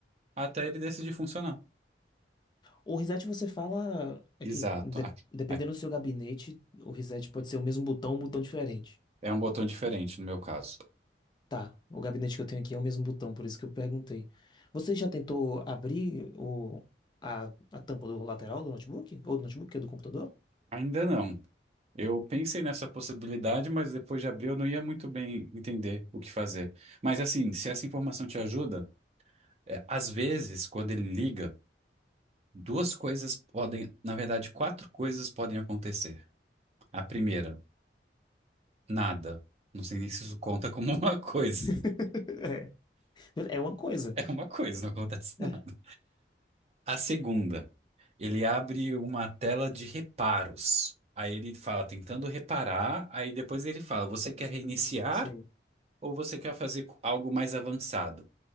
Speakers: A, on the right (about 35°); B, on the left (about 25°).
A: até ele decidir funcionar.
B: o reset você fala é
A: Exato.
B: que de-
A: Aqui-
B: dependendo
A: aqui-
B: do seu gabinete, o reset pode ser o mesmo botão, um botão diferente.
A: É um botão diferente no meu caso.
B: Tá, o gabinete que eu tenho aqui é o mesmo botão, por isso que eu perguntei. Você já tentou abrir o, a, a tampa do lateral do notebook? Ou do notebook, que é do computador?
A: Ainda não. Eu pensei nessa possibilidade, mas depois de abril eu não ia muito bem entender o que fazer. Mas assim, se essa informação te ajuda, é, às vezes, quando ele liga, duas coisas podem, na verdade, quatro coisas podem acontecer. A primeira, nada. Não sei nem se isso conta como <laughs> uma coisa.
B: <laughs> É. É uma coisa.
A: É uma coisa, não acontece
B: É.
A: nada. A segunda, ele abre uma tela de reparos. Aí ele fala tentando reparar, aí depois ele fala, você quer
B: Hum,
A: reiniciar?
B: Sei.
A: ou você quer fazer algo mais avançado?